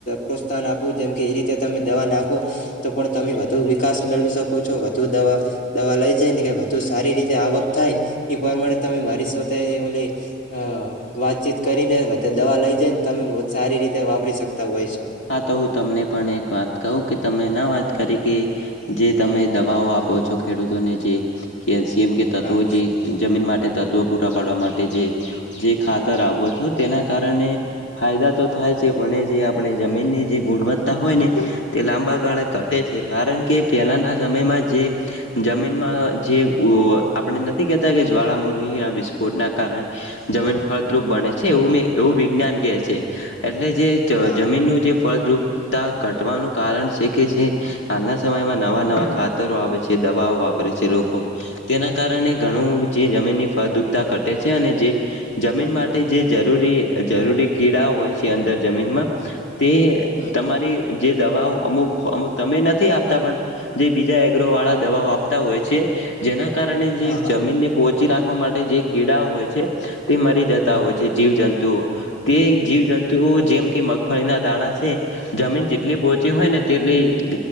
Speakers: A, on the left; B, on the left.
A: પ્રોત્સાહન આપું જેમ કે એ રીતે તમે દવા નાખો તો પણ તમે વધુ વિકાસ મેળવી શકો છો વધુ દવા દવા લઈ જાય ને કે વધુ સારી રીતે આવક થાય એ પ્રમાણે તમે મારી શ્ર તે ઓલી અહ વાતચીત કરીને વ દવા લઈ જઈને તમે સારી રીતે વાપરી સકતા હોય છે.
B: હા, તો હું તમને પણ એક વાત કહું કે તમે ના વાત કરીકે જે તમે દવાઓ આપો છો ખેડૂતોને જે કે કેમ કે તત્વો
A: હા
B: જે જમીન માટે તત્ત્વો પૂરાં પાડવા માટે જે જે ખાતર આપો છો તેના કારણે ફાયદા તો થાય છે પણ જે આપણે જમીનની જે ગુણવત્તા હોય ને તે લાંબા ગાળા ઘટે છે કારણ કે પહેલાના સમયમાં જે જમીનમાં જે ઉવા આપણે નથી કેતા કે જ્વાળામુખીના વિસ્ફોટના કારણે જમીન ફળદ્રુપ બને છે એવું મેં એવું વિજ્ઞાન કેહે છે. એટલે જ
A: હા
B: જમીનનું જે ફળદ્રુપતા ઘટવાનું કારણ છે કે જે હાલના સમયમાં નવા નવા ખાતરો આવે છે દવાઓ વાપરે છે લોકો. તેના કારણે ઘણું જે જમીનની ફળદરતા ઘટે છે અને જે જમીન માટે જે જરૂરી જરૂરી કીડાઓ હોય છે અંદર જમીન તે
A: હમ
B: તમારી. જે દવાઓ અમુક અમુક તમે નથી આપતા પણ જે બીજા એગ્રો વાળા દવાઓ આપતા હોય છે. જેના કારણે જે
A: હા હા
B: જમીનને પોચી રાખવા માટે જે કીડાઓ હોય છે. તે મરી જતા
A: હમ
B: હોય છે જીવજંતુઓ તે જીવજંતુઓ જેમકે મ મગફળીના દાણાં છે જમીન જેટલી પોચી હોય ને તેટલી